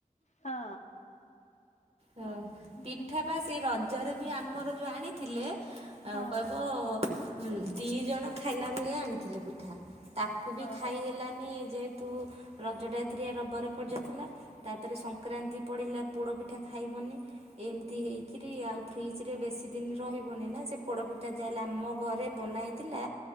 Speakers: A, on the left (about 55°); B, on the right (about 45°).
A: ହଁ
B: ହ, ପିଠା
A: ହଁ
B: ପା ସେଇ ରଜରେ ବି ଆମର ଯୋଉ ଆଣିଥିଲେ ଆ
A: ହଁ
B: କହିବ ଦି ଜଣ ଖାଇଲା ଭଳିଆ ଆଣିଥିଲେ ପିଠା। ତାକୁ ବି ଖାଇ
A: ହଁ
B: ହେଲାନି ଯେହେତୁ ରଜଟା ଏଥିରେ ରବାରେ ପଡ଼ିଯାଇଥିଲା। ତାପରେ ସଂକ୍ରାନ୍ତି ପଡ଼ିଲା, ପୋଡ଼ ପିଠା ଖାଇବନି। ଏମତି ହେଇକିରି ଆଉ ଫ୍ରିଜ ରେ ବେଶୀ ଦିନ ରହିବନି ନା! ସେ ପୋଡପିଠା ଯାହେଲେ ଆମ ଘରେ ବନା ହେଇ ଥିଲା।